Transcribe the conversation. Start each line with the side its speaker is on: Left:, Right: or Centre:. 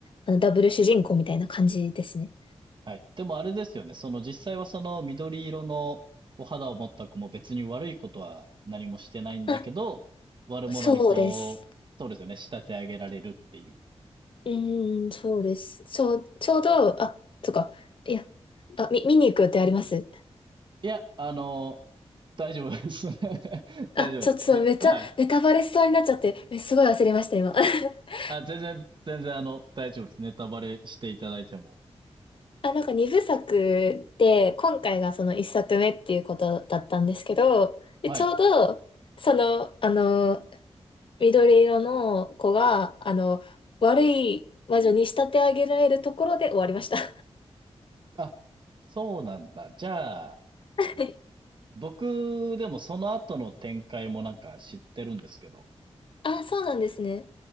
Left: あの、ダブル主人公みたいな感じですね。
Right: はい。でもあれですよね。その実際はその緑色のこう肌を持った子も別に悪いことは何もしてないんだけど、
Left: あ、
Right: 悪者にこう、
Left: そうです。
Right: そうですよね。仕立て上げられるっていう。
Left: うーん、そうです。そう、ちょうど、あ、そっか。いや、あ、み、見に行くってあります
Right: いや、あの、大丈夫です。<laughs> 大丈夫です。
Left: あ、ちょっとそう、
Right: ね。
Left: めっちゃネタバレしそうになっちゃって、
Right: はい。
Left: えすごい焦りました、今。<laughs>
Right: あ、全然、全然あの、大丈夫です。ネタバレしていただいても。
Left: あ、なんか二部作で、今回がその一作目っていうことだったんですけど、で、
Right: はい。
Left: ちょうど、その、あの、緑色の子が、あの、悪い魔女に仕立て上げられるところで終わりました。<laughs> は
Right: あ、そうなんだ。じゃあ、
Left: い
Right: 僕でもその後の展開もなんか知ってるんですけど。
Left: あ、そうなんですね。